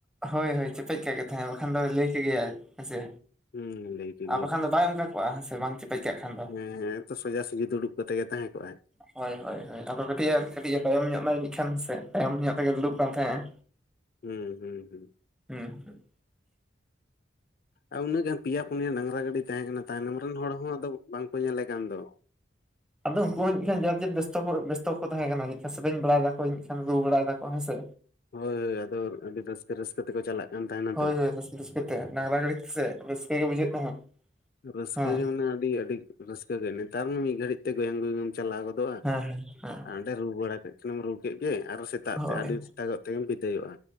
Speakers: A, in the centre; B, on the left.
A: ᱦᱳᱭ ᱦᱳᱭ ᱪᱮᱯᱮᱡ ᱠᱟᱜ ᱜᱮ ᱛᱟᱦᱮᱸᱫ ᱵᱟᱠᱷᱟᱱ ᱫᱚ ᱞᱟᱹᱭ ᱠᱮ ᱜᱮᱭᱟᱭ ᱦᱮᱸᱥᱮ
B: ᱦᱩᱸ ᱞᱟᱹᱭ ᱠᱮᱫᱮᱭᱟᱭ
A: ᱟᱨ ᱵᱟᱠᱷᱟᱱ ᱫᱚ ᱵᱟᱭ ᱚᱱᱠᱟ ᱠᱚᱼᱟ ᱦᱮᱸ ᱥᱮ ᱵᱟᱝ ᱪᱮᱯᱮᱡ ᱠᱟᱜ ᱠᱷᱟᱱ ᱫᱚ
B: ᱦᱮᱸ ᱦᱮᱸ ᱛᱚ ᱥᱚᱡᱟ ᱥᱚᱡᱷᱤ ᱫᱩᱲᱩᱵ ᱠᱟᱛᱮᱜ ᱜᱮ ᱛᱟᱦᱮᱸ ᱠᱚᱜᱼᱟᱭ
A: ᱦᱳᱭ ᱦᱳᱭ ᱦᱳᱭ ᱟᱫᱚ ᱠᱟᱹᱴᱤᱡ ᱮ ᱠᱟᱴᱤᱡ ᱮ ᱛᱟᱭᱚᱢ ᱧᱚᱜ ᱱᱟ ᱢᱤᱫ ᱠᱷᱟᱱ ᱥᱮ ᱛᱟᱭᱚᱢ ᱧᱚᱜ ᱛᱮᱜᱮ ᱫᱩᱲᱩᱵ ᱠᱟᱱ ᱛᱟᱦᱮᱸᱜᱼᱟᱭ
B: ᱦᱩᱸ ᱦᱩᱸ ᱦᱩᱸ
A: ᱦᱩᱸ
B: ᱟᱨ ᱩᱱᱟᱹᱜ ᱜᱟᱱ ᱯᱮᱭᱟ ᱯᱩᱱᱭᱟ ᱰᱟᱝᱨᱟ ᱜᱟᱹᱰᱤ ᱛᱟᱦᱮᱸ ᱠᱟᱱᱟ ᱛᱟᱭᱱᱚᱢ ᱨᱮᱱ ᱦᱚᱲ ᱦᱚᱸ ᱟᱫᱚ ᱵᱟᱝ ᱠᱚ ᱧᱮᱞᱮ ᱠᱟᱱ ᱫᱚ᱾
A: ᱟᱫᱚ ᱩᱱᱠᱩ ᱦᱚᱸ ᱡᱟᱱᱤᱡ ᱠᱷᱟᱱ ᱡᱟᱨ ᱡᱮᱨ ᱵᱮᱥᱛᱚ ᱠᱚ ᱵᱮᱥᱛᱚ ᱠᱚ ᱛᱟᱦᱮᱸ ᱠᱟᱱᱟ ᱡᱟᱱᱤ ᱠᱷᱟᱱ ᱥᱮᱨᱮᱧ ᱵᱟᱲᱟᱭ ᱫᱟᱠᱚ ᱨᱩ ᱵᱟᱲᱟᱭ ᱫᱟᱠᱚ ᱦᱮᱸ ᱥᱮ
B: ᱦᱳᱭ ᱦᱳᱭ ᱟᱫᱚ ᱟᱹᱰᱤ ᱨᱟᱹᱥᱠᱟᱹ ᱨᱟᱹᱥᱠᱟᱹ ᱛᱮᱠᱚ ᱪᱟᱞᱟᱜ ᱠᱟᱱ ᱛᱟᱦᱮᱸᱱᱟ
A: ᱦᱳᱭ
B: ᱛᱚ
A: ᱦᱳᱭ ᱨᱟᱹᱥᱠᱟᱹ ᱨᱟᱹᱥᱠᱟᱹ ᱛᱮ ᱰᱟᱝᱜᱽᱨᱟ ᱜᱟᱹᱰᱤ ᱛᱮ ᱥᱮ ᱨᱟᱹᱥᱠᱟᱹ ᱜᱮ ᱵᱩᱡᱷᱟᱹᱜ ᱛᱟᱦᱮᱸᱫ᱾
B: ᱨᱟᱹᱥᱠᱟᱹ
A: ᱦᱮᱸ
B: ᱜᱮ ᱢᱟᱱᱮ ᱟᱹᱰᱤ ᱟᱹᱰᱤ ᱨᱟᱹᱥᱠᱟᱹ ᱜᱮ ᱱᱮᱛᱟᱨ ᱢᱟ ᱢᱤᱫ ᱜᱷᱟᱹᱲᱤᱡ ᱛᱮ ᱜᱚᱭᱟᱝ ᱜᱩᱭᱩᱝ ᱮᱢ ᱪᱟᱞᱟᱣ ᱜᱚᱫᱚᱜ
A: ᱦᱮᱸ ᱦᱮᱸ ᱦᱮᱸ
B: ᱟᱨ ᱚᱸᱰᱮ ᱨᱩ ᱵᱟᱲᱟ ᱠᱮᱫ ᱠᱷᱮᱢ ᱨᱩ ᱠᱮᱫ ᱜᱮ ᱟᱨᱚ ᱥᱮᱛᱟᱜ
A: ᱦᱳᱭ
B: ᱥᱮᱛᱟᱜ ᱛᱮ ᱟᱹᱰᱤ ᱥᱮᱛᱟᱜ ᱛᱮᱜᱮᱢ ᱵᱤᱫᱟᱹᱭᱚᱜᱼᱟ᱾